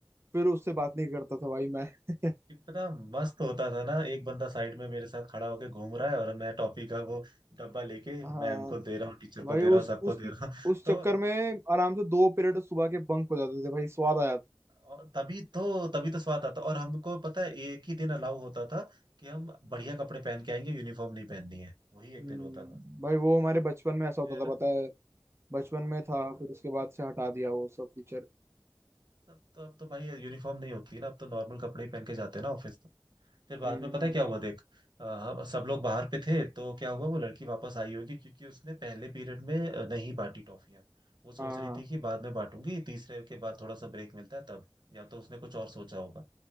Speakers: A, on the right; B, on the right.
A: फिर उससे बात नहीं करता था भाई मैं <laughs>
B: कितना मस्त होता था ना एक बंदा साइड में मेरे साथ खड़ा होके घूम रहा है और मैं टॉफी का वो डब्बा लेके
A: हाँ
B: मैम को दे रहा हूँ टीचर
A: भाई
B: को दे
A: उस
B: रहा हूँ सबको
A: उस
B: दे रहा हूँ <laughs>
A: उस
B: तो
A: चक्कर में आराम से दो पीरियड सुबह के बंक हो जाते थे भाई स्वाद आ जाता
B: और तभी तो तभी तो स्वाद आता और हमको पता है एक ही दिन अलाउ होता था कि हम बढ़िया कपड़े पहन के आएंगे यूनिफॉर्म नहीं पहननी है वही एक
A: हम्म,
B: दिन होता था
A: भाई वो हमारे बचपन में
B: तो फिर
A: ऐसा होता था पता है बचपन में
B: हाँ
A: था फिर उसके बाद से हटा दिया वो सब फीचर
B: सब तो अब तो भाई यूनिफॉर्म नहीं होती ना अब तो नॉर्मल कपड़े ही पहन के जाते हैं ना ऑफिस तो फिर बाद
A: हम्म
B: में पता है क्या हुआ देख अ, हम सब लोग बाहर पे थे तो क्या हुआ वो लड़की वापस आई होगी क्योंकि उसने पहले पीरियड में अ, नहीं बांटी टॉफियां वो सोच
A: हाँ
B: रही थी कि बाद में बांटूंगी तीसरे के बाद थोड़ा सा ब्रेक मिलता है तब या तो उसने कुछ और सोचा होगा